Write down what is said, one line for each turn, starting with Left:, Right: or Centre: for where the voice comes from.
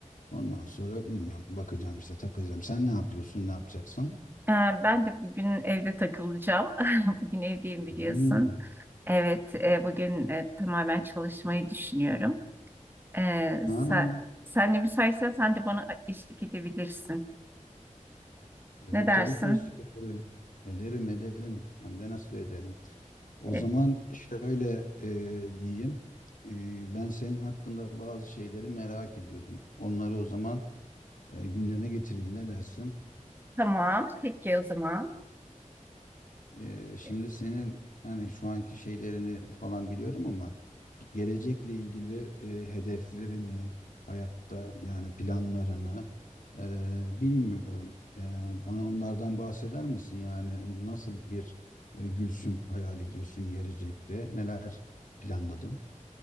Left: Ondan sonra bilmiyorum bakacağım işte takılacağım. Sen ne yapıyorsun, ne yapacaksın?
Right: Ee, ben de bugün evde takılacağım. <laughs> Bugün evdeyim biliyorsun.
Left: Hmm,
Right: Evet, e, bugün e, tamamen çalışmayı düşünüyorum. Ee,
Left: Ha,
Right: sen, sen de müsaitsen sen de bana eşlik edebilirsin.
Left: o,
Right: Ne dersin?
Left: tabii ki eşlik ederim. Ederim, ederim. Hem de nasıl ederim. O
Right: E,
Left: zaman şöyle e, diyeyim. E, ben senin hakkında bazı şeyleri merak ediyordum. Onları o zaman e, gündeme getireyim. Ne dersin?
Right: tamam. Peki o zaman.
Left: E, şimdi
Right: E,
Left: senin hani şu anki şeylerini falan biliyorum ama gelecekle ilgili e, hedeflerini, hayatta yani planlarını e, bilmiyorum. E, bana onlardan bahseder misin? Yani nasıl bir e, Gülsüm hayal ediyorsun gelecekte? Neler planladın?